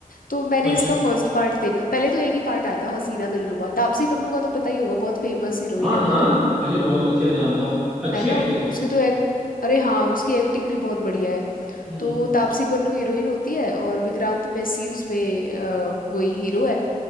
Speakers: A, on the left; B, in the centre.
A: तो मैंने
B: अच्छा
A: इसका फर्स्ट पार्ट देखा पहले तो एक ही पार्ट आया था हसीना दिलरुबा तापसी पन्नू का तो पता ही होगा बहुत फेमस हीरोइन
B: हाँ
A: है
B: हाँ
A: वो तो
B: अरे बहुत अच्छे से जानता हूँ अच्छी
A: है ना
B: एक्ट्रेस
A: उसकी
B: है
A: तो एक अरे हाँ उसकी एक्टिंग भी बहुत बढ़िया है
B: हम्म
A: तो तापसी पन्नू हीरोइन होती है और विक्रांत मैसी उसमें अ, वही हीरो है